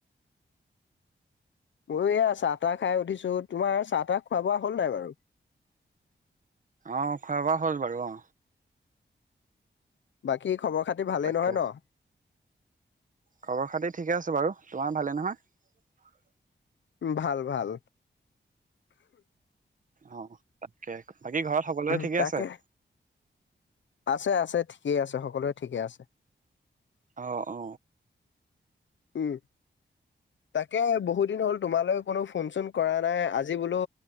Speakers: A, on the left; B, on the right.
A: <unintelligible> ময় এয়া চাহ তাহ খাই উঠিছো তোমাৰ চাহ তাহ খোৱা বোৱা হল নাই বাৰু।
B: অঁ খোৱা বোৱা হ'ল বাৰু অঁ
A: বাকী খবৰ খাতি ভালেই
B: তাকে
A: নহয় ন
B: খবৰ খাতি ঠিকে আছে বাৰু তোমাৰ ভালে নহয়।
A: ভাল ভাল
B: অ, তাকে বাকী ঘৰত সকলোৰে
A: উম
B: ঠিকে
A: তাকে
B: আছে।
A: আছে আছে ঠিকেই আছে সকলোৱে ঠিকেই আছে
B: অ অ
A: উম, তাকে বহুত দিন হ'ল তোমালৈ কোনো ফোন চোন কৰা নাই আজি বোলো